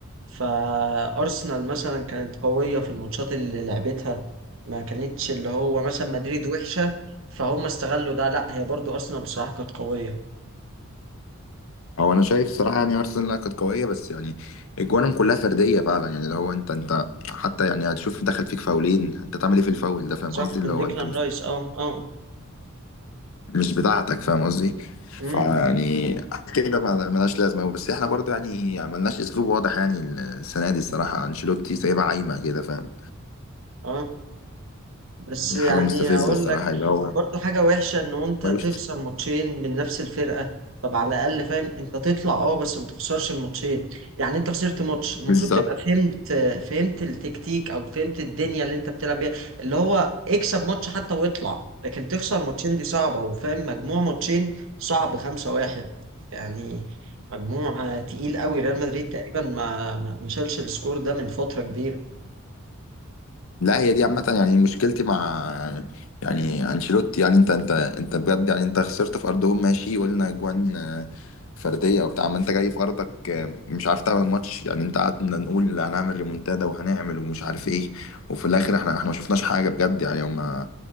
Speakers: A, on the right; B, on the left.
A: فارسنال مثلا كانت قويه في الماتشات اللي لعبتها ما كانتش اللي هو مثلا مدريد وحشه فهم استغلوا ده لا هي برضو ارسنال بصراحه كانت قويه
B: هو انا شايف صراحه يعني ارسنال لا كانت قويه بس يعني اجوانهم كلها فرديه فعلا يعني اللي هو انت انت حتى يعني هتشوف دخل فيك فاولين انت تعمل ايه في الفاول ده فاهم
A: صح
B: قصدي اللي
A: من
B: هو
A: ديكلان
B: انت مش
A: رايس اه اه
B: مش بتاعتك فاهم قصدي
A: امم
B: فيعني كده ما- ملهاش لازمه أوي. بس احنا برضو يعني ملناش اسلوب واضح يعني السنه دي الصراحه انشيلوتي سايبها عايمه كده فاهم
A: اه بس
B: فحاجه
A: يعني
B: مستفزه
A: هقول
B: الصراحه
A: لك
B: اللي هو
A: برضو حاجة وحشة ان انت
B: ملوش
A: تخسر ماتشين من نفس الفرقة طب على الاقل فاهم انت تطلع اه بس ما تخسرش الماتشين يعني انت خسرت ماتش المفروض
B: بالظبط
A: تبقى فهمت فهمت التكتيك او فهمت الدنيا اللي انت بتلعب بيها اللي هو اكسب ماتش حتى واطلع لكن تخسر ماتشين دي صعبة وفاهم مجموع ماتشين صعب خمسة واحد يعني مجموع آه، تقيل قوي ريال مدريد تقريبا ما ما ما شالش السكور ده من فترة كبيرة
B: لا هي دي عامة يعني مشكلتي مع يعني انشيلوتي يعني انت انت انت بجد يعني انت خسرت في ارضهم ماشي وقلنا اجوان آه، فردية وبتاع ما انت جاي في ارضك آه، مش عارف تعمل ماتش يعني انت قعدنا نقول هنعمل ريمونتادا وهنعمل ومش عارف ايه وفي الاخر احنا احنا ما شفناش حاجة بجد يعني هما